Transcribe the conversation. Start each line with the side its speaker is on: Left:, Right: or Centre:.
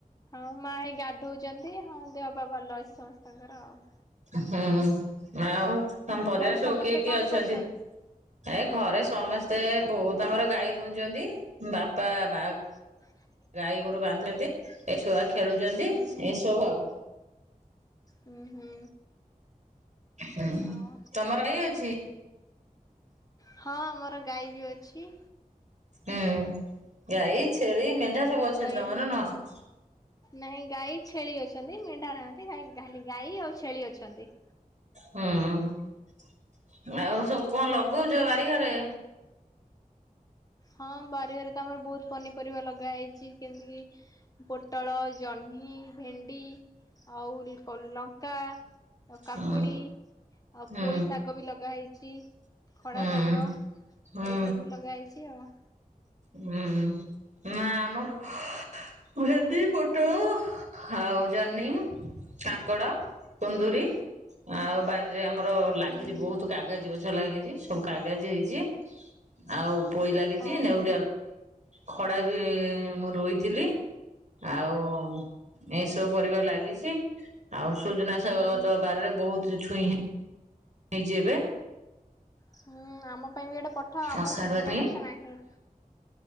Left: ହଁ ମା ହେଇ ଗାଧଉଛନ୍ତି ହଁ ଦେହ ବା ଭଲ ଅଛି ସମସ୍ତଙ୍କର ଆଉ
Right: ହୁଁ ଆଉ ତମ ପରିବ
Left: ଘରେ
Right: ସବୁ
Left: ସମସ୍ତେ
Right: କିଏ କିଏ
Left: କଣ
Right: ଅଛନ୍ତି।
Left: କରୁଛନ୍ତି?
Right: ଏ ଘରେ ସମସ୍ତେ ବହୁତ ଆଙ୍କର ଗାଈ ଦଉଛନ୍ତି ବାପା ବା
Left: ହଁ
Right: ଗାଈ ଗୋରୁ ବାନ୍ଧୁଛନ୍ତି ଏ ଛୁଆ ଖେଳୁଛନ୍ତି
Left: ହୁଁ ହୁଁ
Right: ଏସବୁ ଆଉ
Left: ହୁଁ ହୁଁ
Right: ହୁଁ
Left: ଆଉ
Right: ତମର ଏଇ ଅଛି।
Left: ହଁ ମୋର ଗାଈ ବି ଅଛି।
Right: ହୁଁ ଗାଈ, ଛେଳି, ମେଣ୍ଢା
Left: ଉଁ
Right: ସବୁ ଅଛନ୍ତି
Left: ଗାଈରୁ
Right: ତମର ନୁହଁ।
Left: ନାଇଁ ଗାଈ ଛେଳି ଅଛନ୍ତି ମେଣ୍ଢା ନାହାନ୍ତି ଖାଲି ଗାଈ ଆଉ ଛେଳି ଅଛନ୍ତି।
Right: ହୁଁ ଆଉ ସବୁ କଣ ଲଗଉଚ ବାରିଘରେ?
Left: ହଁ ବାରିଘରେ ତ ଆମର ବହୁତ ପନିପରିବା ଲଗା ହେଇଚି କେମିତିକି ପୋଟଳ, ଜହ୍ନି, ଭେଣ୍ଡି ଆଉ ଲଙ୍କା। ଆଉ କାକୁଡି
Right: ହୁଁ
Left: ଆଉ
Right: ହୁଁ
Left: ପୋଇ ଶାଗ ବି ଲାଗେ ଲଗା ହେଇଚି ଖଡା
Right: ହୁଁ
Left: ଶାଗ ଏଇ
Right: ହୁଁ
Left: ସବୁ ଲଗା ହେଇଚି ଆଉ।
Right: ହୁଁ ନା ଆମର ଭେଣ୍ଡି, ପୋଟଳ ଆଉ ଜହ୍ନି, କାଙ୍କଡ। କୁନ୍ଦୁରି
Left: ହୁଁ।
Right: ଆଉ ବାରିରେ ଆମର ଲାଗିଛି
Left: ହୁଁ
Right: ବହୁତ କାଗେଜ ଅ ଛ ଲାଗିଚି ସବୁ କାଗେଜି ହେଇଚି ଆଉ ପୁଇ ଲାଗିଚି
Left: ହଉ
Right: ନେଉ ଖଡା ବି ମୁଁ ରୋଇଥିଲି। ଆଉ ଏଇସବୁ ପରିବା ଲାଗିଚି। ଆଉ ସୁଜନାଶାଗ
Left: ହୁଁ।
Right: ତ ବାରି ରେ ବହୁତ ଛୁଇଁ ହେ ହେଇଜି ଏବେ।
Left: ହୁଁ ଆମ ପାଇଁ ବି ଗଟେ ପଠାଅ ଆମର
Right: ଅଷାଢୁଆ
Left: ସୁଜନା
Right: ଛୁଇଁ।
Left: ଗଛ ନାହିଁ।